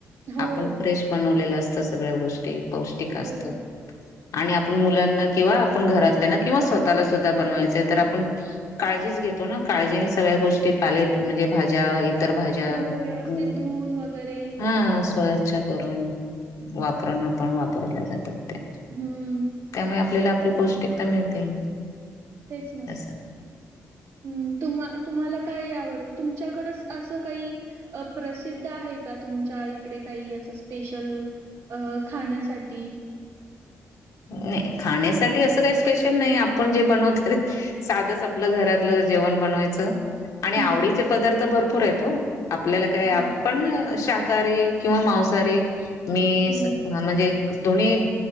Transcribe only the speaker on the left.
आपण फ्रेश बनवलेलं असतं सगळ्या गोष्टी पौष्टिक
असत आणि आपण मुलांना किंवा आपण घरातल्या ना किंवा स्वतःला सुद्धा बनवायचंय तर आपण काळजीच घेतो ना काळजीने सगळ्या गोष्टी पाले म्हणजे भाज्या इतरभज्या
आपण
हा स्वच्छ करून वापरण पण वापरल्या जातात त्यामुळे
आपल्याला आपली पौष्टिकता मिळते
असं.
नाही खाण्यासाठी असं काही स्पेशल नाही आपण जे बनवत साधच आपलं घरातलं जेवण बनवायचं आणि
आवडीचे पदार्थ भरपूर आहेत हो आपल्याला काय
आपण शाकाहारी किंवा मांसाहारी मी
म्हणजे दो्ही